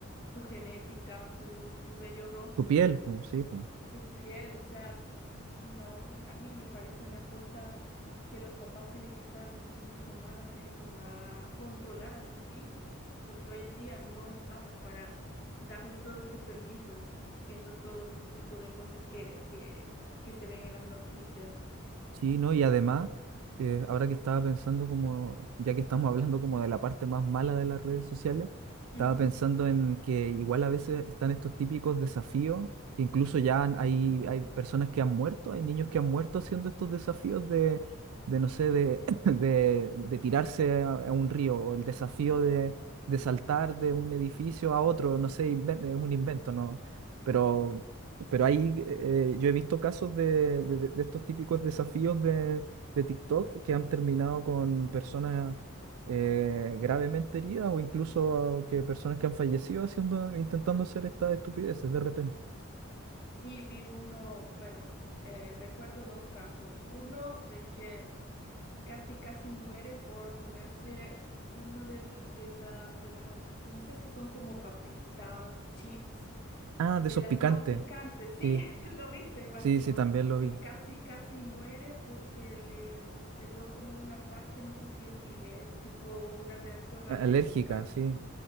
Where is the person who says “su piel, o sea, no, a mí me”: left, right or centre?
Left